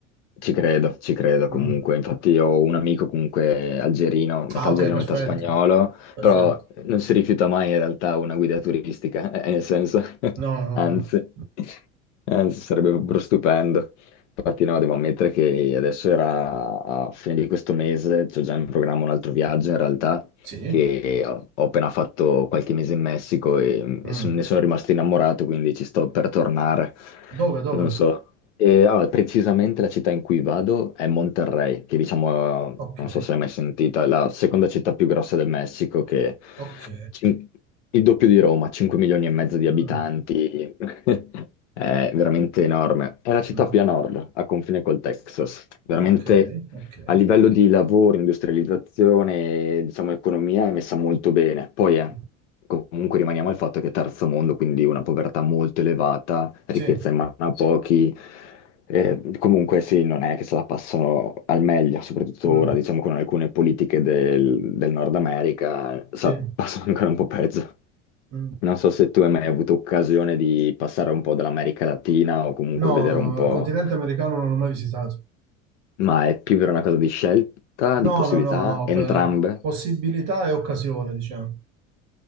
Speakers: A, on the left; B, on the right.
A: Ci credo, ci credo comunque.
B: Mm.
A: Infatti ho un amico comunque algerino, metà
B: Ah, ok,
A: algerino,
B: perfetto.
A: metà spagnolo,
B: Perfetto.
A: però non si rifiuta mai in realtà una guida turistica, <laughs> eh, nel senso, <laughs>
B: No, no,
A: anzi,
B: no. no.
A: anzi sarebbe proprio stupendo. Infatti no, devo ammettere che adesso era a fine di questo mese, c'ho già in programma un altro viaggio in realtà,
B: Sì.
A: che ho, ho appena fatto qualche mese in Messico e,
B: Mm.
A: e son- ne sono rimasto innamorato, quindi ci sto per tornare.
B: Dove, dove?
A: Non so. E, allora, precisamente la città in cui vado è Monterrey, che diciamo, eh,
B: Ok,
A: non so se l'hai mai sentita, è la seconda città più grossa del Messico, che
B: ok.
A: cin- il doppio di Roma, 5 milioni e mezzo di
B: Mm.
A: abitanti, <laughs> è veramente enorme. È la città
B: Mm.
A: più a nord, a confine col Texas, veramente
B: Ok, ok.
A: a livello di lavoro, industrializzazione, diciamo, economia è messa molto bene. Poi eh,
B: Mm.
A: comunque rimaniamo al fatto che è terzo mondo, quindi una povertà molto elevata, ricchezza
B: Sì.
A: in mano a pochi. Eh, comunque sì, non è che se la passano al meglio, soprattutto
B: Mm.
A: ora, diciamo, con alcune politiche del, del Nord America, sa-
B: Sì.
A: <laughs> passano ancora un po' peggio.
B: Mm,
A: Non so se tu hai mai avuto occasione di passare un po' dall'America Latina o comunque
B: No,
A: vedere un po'
B: il continente americano non l'ho mai visitato.
A: ma è più per una cosa di scelta, di
B: No,
A: possibilità,
B: no, no, no,
A: entrambe?
B: per possibilità e occasione, diciamo.